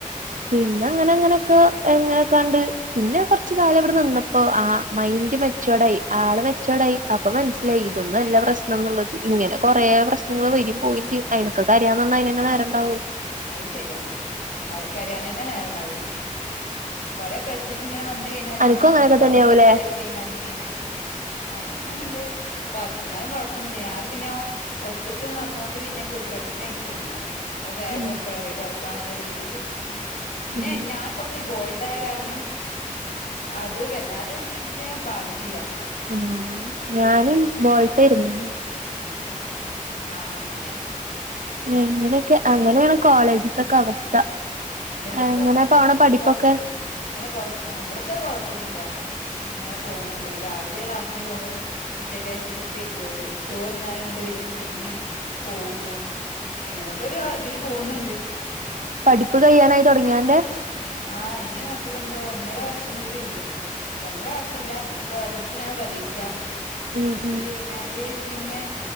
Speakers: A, on the right (about 65°); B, on the left (about 75°).
A: പിന്നെ അങ്ങനെ അങ്ങനെയൊക്കെ എങ്ങനെക്കാണ്ട് പിന്നെ കൊറച്ച കാലം ഇവിടെ നിന്നപ്പോ ആ മൈൻഡ് മെച്ചോർഡ് ആയി ആള് മെച്ചയോർഡ് അപ്പൊ മനസ്സിലായി ഇതൊന്നുംല്ല പ്രശ്നം എന്നുള്ളത് ഇങ്ങനെ കൊറേ പ്രശ്നങ്ങൾ വരകയും പോവയും ചെയ്യും അയ്നൊക്കെ കരയാൻന്ന അയിനെന്നെ നേരം ഇണ്ടാവു
B: അത് ശരിയാ കരയാനന്നെ നേര ഉണ്ടാവുള്ളൂ കൊറെ പ്രശ്നം ച്ചങ്ങ ഇങ്ങനെ വന്ന കഴിഞ്ഞാല്
A: അനക്കും
B: നമ്മളുടെ
A: അങ്ങനൊക്കെ
B: മനസ്സ് അതിനോട്
A: തന്നെയാവൂലേ
B: ഇതായി കഴിഞ്ഞാല് പിന്നെ ആഹ ഇക്ക്ങ്ങനെണ്ട് അപ്പൊ എന്നാലും കുഴപ്പന്നില്ല ഞാന് പിന്നെ ഒറ്റക്ക് വന്നൊണ്ട് പിന്നെക്കെ ഒരു പ്രശ്ന പ്രശ്നമായിട്ട് തോന്നിയില്ല അത് വേഗംഒക്കെ
A: ഉം
B: റെഡി ആക്കുകന്നുള്ള രീതിയിൽ പിന്നെ
A: ഉം
B: ഞാൻ കുറച്ചൊരു ബോൾ ഇതായ കാരണം അത് വല്ലാതെ എന്ന ബാധിച്ചില്ല
A: ഉം ഞാനും ബോൾട്ടായിരുന്നു
B: ഉം ആഹ അങ്ങനെ
A: എങ്ങനെയൊക്കെ അങ്ങനെയാണ് കോളേജത്തൊക്കെ അവസ്ഥ
B: എന്നിട്ട് ഇപ്പൊ
A: എങ്ങനെ
B: അ
A: പോണ പഠിപ്പൊക്കെ
B: പൊറ പൊറത്ത് അവിടത്തെ കൊഴപ്പൊന്നില്ല ഉ അങ്ങനെ പോവുന്നുണ്ട് രാവിലെ ക്ലാസ്സിന് പോണു ഉച്ചക്ക്ശേഷം ചോറ്ന്നാലും വരും പിന്നെയും പോകുന്നു ഇങ്ങനെയൊക്കെ ഒരു ഇതില് പോകുന്നുണ്ട്
A: പഠിപ്പ് കയ്യാനായി തുടങ്ങിയന്റെ
B: ആ ഇനി അത്ര എന്തോ ഒന്നര വർഷം കൂടി ഉണ്ട് ഒന്നര വർഷംഅല്ല ഇനിയിപ്പോ ഓഗസ്റ്റിലാണ് പരീക്ഷ
A: ഉം
B: അത്
A: ഉം
B: കഴിഞ്ഞാല് പിന്നെ